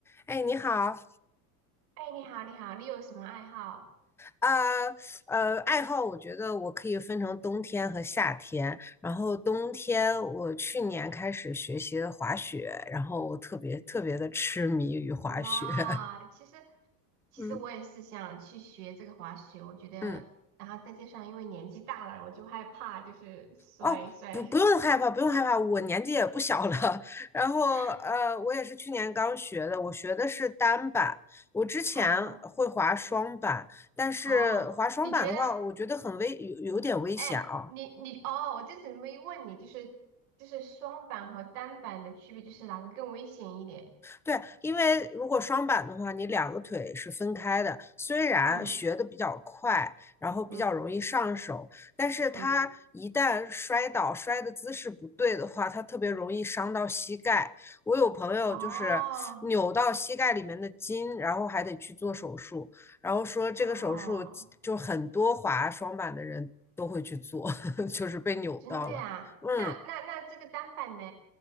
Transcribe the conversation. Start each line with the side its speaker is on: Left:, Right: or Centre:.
Centre: 哎，你好，
Right: 哎，你好，你好，你有什么爱好？
Centre: 呃呃，爱好我觉得我可以分成冬天和夏天。然后冬天我去年开始学习了滑雪，然后我特别特别的痴迷于滑雪。
Right: 哇，
Centre: <laughs>
Right: 其实其实我也是想去学这个滑雪，
Centre: 嗯
Right: 我觉得，
Centre: 嗯，
Right: 然后再加上因为年纪大了，我就害怕就是摔摔。
Centre: 哦，不不用害怕，不用害怕，我年纪也不小了。<laughs> 然后呃，
Right: <laughs>
Centre: 我也是去年刚学的，我学的是单板。我之前会滑双板，
Right: 啊
Centre: 但是滑双板的话，
Right: 哦，你觉得？
Centre: 我觉得很危，有有点危险啊。
Right: 哎，你你哦，我这次没问你，就是就是双板和单板的区别，就是哪个更危险一点？
Centre: 对，因为如果双板的话，你两个腿是分开的。虽然学的比较快，
Right: 嗯
Centre: 然后比较容易上手，
Right: 嗯
Centre: 但是它一旦摔倒，
Right: 嗯，
Centre: 摔的姿势不对的话，它特别容易伤到膝盖。我有朋友就是扭到膝盖里面的筋，
Right: 哦
Centre: 然后还得去做手术，然后说这个手术就很多滑双板的人都会去做，
Right: 哦，
Centre: <laughs> 就是被扭到了。
Right: 真的呀？
Centre: 嗯。
Right: 那那那这个单板呢？